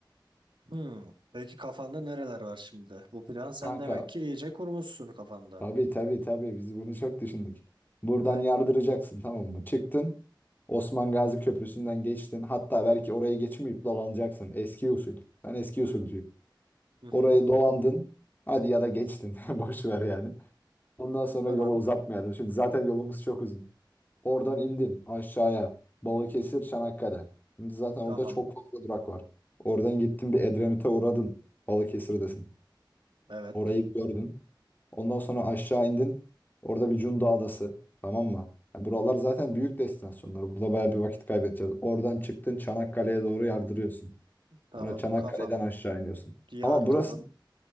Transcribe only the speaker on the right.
hı. Peki kafanda nereler var şimdi? Bu plan sen
demek ki iyice kurmuşsun kafanda.
Heh.
Hı hı.
Tamam.
Tamam.
Evet
tamam
kafam
diyardırdım